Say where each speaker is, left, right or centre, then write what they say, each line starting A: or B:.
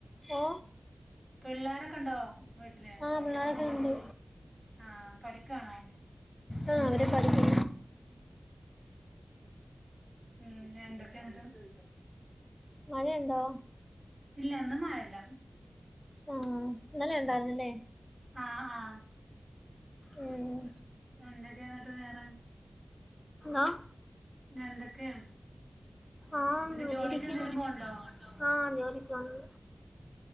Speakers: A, on the left; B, on the right.
A: ഓ
B: പിള്ളോരൊക്കെ ഉണ്ടോ വീട്ടില്
A: ആ പിള്ളേരൊക്കെ ഉണ്ട്
B: ആ പഠിക്കണോ
A: ആ അവരെ പഠിക്കേ
B: ഉം ഞന്തകെ ട്ട്
A: മഴയുണ്ടോ
B: ഇല്ല അന്ന് മഴല്ല
A: ആ ഇന്നല്ല ഉണ്ടായിന്നല്ലേ
B: ആ ആ
A: ഉം
B: എന്തൊക്കെയ എന്നിട്ട് വേറെ
A: ആ
B: ഞ എന്തൊക്കെയ
A: ആ
B: എന്റെ
A: ഇങ്ങനെ
B: ജോലിക്ക്
A: ഇരിക്കുന്നു
B: എന്തേലും പോണ്ടോ
A: ആ ജോലിക്ക് വന്നു